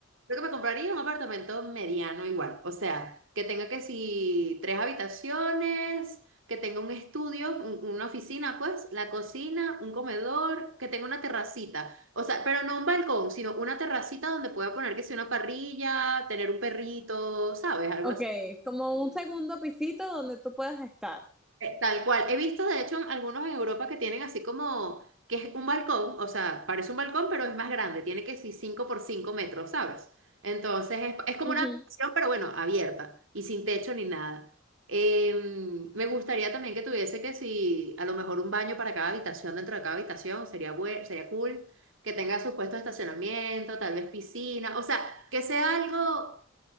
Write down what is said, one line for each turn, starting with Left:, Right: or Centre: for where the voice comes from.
Right: Creo que me compraría un apartamento mediano igual, o sea, que tenga que si tres habitaciones, que tenga un estudio, un- una oficina, pues, la cocina, un comedor, que tenga una terracita, o sea, pero no un balcón, sino una terracita donde pueda poner que sea una parrilla, tener un perrito, ¿sabes? Algo
Centre: Ok, como un segundo pisito donde tú puedas estar.
Right: Eh, Tal cual. He visto, de hecho, algunos en Europa que tienen así como, que es un balcón, o sea, parece un balcón, pero es más grande, tiene que ser 5 por 5 metros, ¿sabes? Entonces es, es como
Centre: Ujú.
Right: una habitación, pero bueno, abierta y sin techo ni nada. Eh, me gustaría también que tuviese que si, a lo mejor un baño para cada habitación, dentro de cada habitación, sería bue- sería cool, que tenga sus puestos de estacionamiento, tal vez piscina, o sea, que sea algo